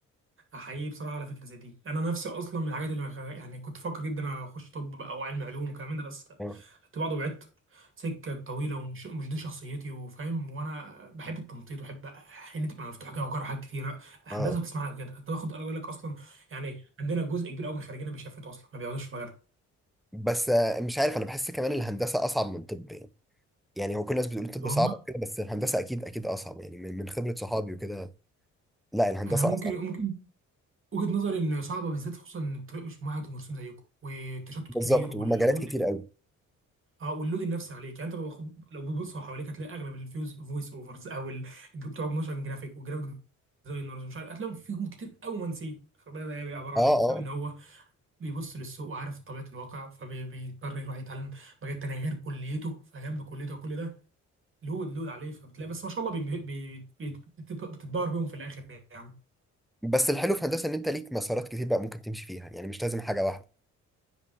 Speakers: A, on the right; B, in the centre.
A: احييه بصراحه على فكره زي دي انا نفسي اصلا من الحاجات اللي بخ- يعني كنت فاكر جدا اخش طب بقى او علم علوم وكلام من ده بس
B: اه
A: كنت بعض وبعدت سكه طويله ومش مش دي شخصيتي وفاهم وانا بحب التنطيط وبحب حين تبقى مفتوحه كده وجرى حاجات كتيره هندسه
B: اه
A: بتسمع لك كده انت واخد اقول لك اصلا يعني عندنا جزء كبير قوي من خريجنا بيشفتوا اصلا ما بيقعدوش في مجالهم
B: بس آه، مش عارف انا بحس كمان الهندسة اصعب من طب يعني يعني هو كل الناس بتقول الطب
A: والله
B: صعب وكده بس الهندسه اكيد اكيد اصعب يعني من من خبره صحابي وكده لا الهندسه
A: انا ممكن
B: اصعب
A: ممكن وجهة نظري ان صعبه بالذات خصوصا ان الطريق مش ممهد ومرسوم زيكم والتشتت
B: بالظبط
A: كبير واللود
B: ومجالات كتير قوي
A: اه واللود النفسي عليك يعني انت باخد- لو بتبص حواليك هتلاقي اغلب الفيوز فويس اوفرز او ال- بتوع موشن جرافيك والجرافيك ديزاينرز ومش عارف هتلاقيهم فيهم كتير قوي منسي فده بقى بيبقى عباره عن
B: اه
A: ايه؟ بسبب
B: اه
A: ان هو بيبص للسوق وعارف طبيعه الواقع فبيضطر يروح يتعلم مجال تاني غير كليته فجنب كليته وكل ده لود لود عليه فبتلاقي بس ما شاء الله بي- بي- بي- بتتبهر بيهم في الاخر يعني
B: بس الحلو في الهندسه ان انت ليك مسارات كتير بقى ممكن تمشي فيها يعني مش لازم حاجه واحده